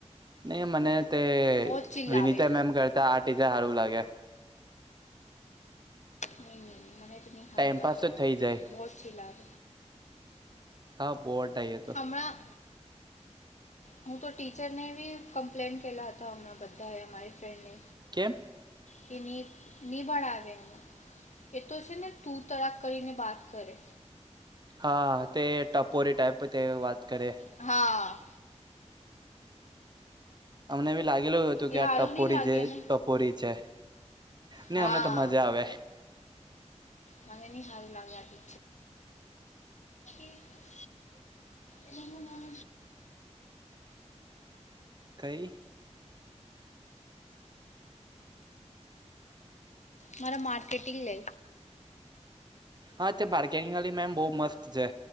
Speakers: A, on the right; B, on the left.
A: નહી મને તે
B: બહુ જ ચિલ્લાવે
A: વિનીતા મેમ કરતા આ ટીજા સારું લાગે
B: નહીં નહી ન મને તો નં
A: ટાઈમપાસ
B: હારું લાગ્યા
A: તો થઈ જાય
B: બહુછી લાગ
A: હા બોટાય
B: હણા હું તો ટીચરને બી કમ્પ્લેન કેલા હતા હમણાં બધાએ અમારી ફ્રેન્ડને
A: કેમ
B: કે નિ નિ બળ આવેે એમાં એ તો છે ને તુંર તડાક કરીને બાત કરે
A: હા તે ટપોરી ટાઈપ તે વાત કરે
B: હા
A: અમને બી લાગલું કે
B: એ
A: આ
B: સારું
A: ટપોરી
B: નહીં લાગે
A: જે
B: ને
A: ટપોરી છે ને
B: હા
A: અમને તો મજા આવે
B: મને નઈ હારુ લાગે <unintelligible>
A: <inaudible>
B: એનું હું નામ
A: કઈ
B: મારા માર્કેટિંગ લે
A: હા તે પાર્કેટિંગવાળી મેમ બહુ મસ્ત છે